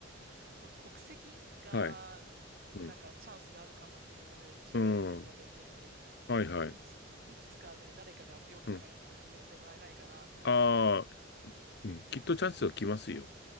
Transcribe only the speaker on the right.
こ国籍が、
なんかチャンスがあるかもってことで、一応全部は勉強して、
いいつ、いつかね、誰かが病気とかになった時に呼んでもらえないかなと思って
<laughs> ます。